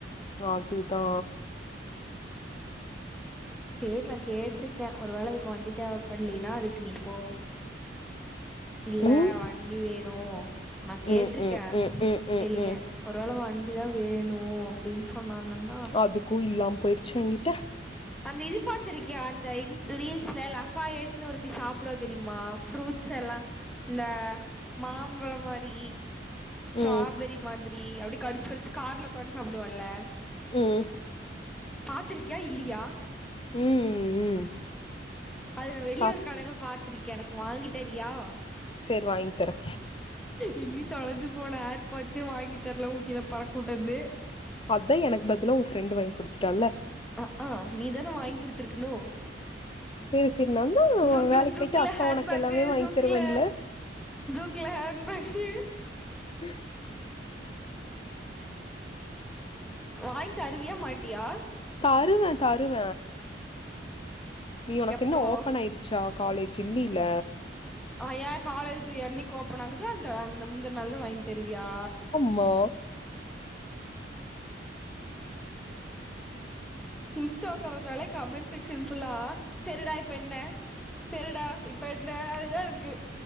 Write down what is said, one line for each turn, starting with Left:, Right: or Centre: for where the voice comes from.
Left: அதுதா
Centre: சேரி நா கேட்ருக்கே ஒருவேள அதுக் வண்டி தேவப்பட்லீனா அதுக்கு நீ போ இல்ல
Left: ம்
Centre: வண்டி வேணு நா கேட்ருக்கே
Left: ம் ம் ம் ம் ம்
Centre: வெளிய
Left: ம்
Centre: ஒருவேள வண் டி தா வேணு அப்டின் சொன்னாங்கன்
Left: அதுக்கு இல்லாம் போயிர்ச்சுனா எங்கிட்ட
Centre: அந்த இது பாத்திருக்கியா அந்த இன்ஸு ரீல்ஸ்ல லஃபா எட்னு ஒருத்தி சாப்டுவா தெரியுமா ஃப்ரூட்ஸ் எல்லா இந்த மாம்பழோ மாரி ஸ்ட்ராபெரி
Left: ம்
Centre: மாதிரி அப்டியே கடிச்சு கடிச்சு கார்ல உக்காந் சாப்டுவால்ல
Left: ம்
Centre: பாத்திருக்கியா இல்லியா
Left: ம் ம்
Centre: அது நா வெளிய
Left: பாத்
Centre: ஒரு கடைல பாத்திருக்கே எனக்கு வாங்கி தரியா
Left: சேரி வாங்கி தரே
Centre: இன்னி தொலஞ்சு போன ஏர்பாட்சே வாங்கி தர்ல ஊட்டில பறக் உட்டது
Left: அதா எனக் பதிலா உ ஃப்ரண்டு வாய்ங் குடுத்துட்டால்ல
Centre: அ அ நீதான வாய்ங் குடுத்திருக்கணு
Left: சேரி சேரி நாந்தா
Centre: ஜூக்ல
Left: வேலைக்கு
Centre: ஜூக்ல
Left: போயிட்டு அக்கா
Centre: ஹேண்பேகு
Left: உனக்கு எல்லாமே வாங்கி
Centre: ஜூக்ல
Left: தருவேன்ல
Centre: ஜூக்ல ஹேண்பேகு
Left: <inaudible> ம்
Centre: வாய்ங் தருவியா மாட்டியா
Left: தருவ தருவ நீ உனக்கென்ன
Centre: எப்போ
Left: ஓப்பன் ஆய்டுச்சா காலேஜு இல்லீல
Centre: ஆ ஏ காலேஜு என்னிக் ஓப்பன் ஆகுதோ அந்த அந்த முந்தன் நாள் தா வாய்ங் தருவியா
Left: மா
Centre: இன்ஸ்டா தொறந்தாலே கமெண்ட் செக்சன் ஃபுல்லா செரிடா இப்ப என்ன செரிடா இப்ப என்ன அதுதா இருக்கு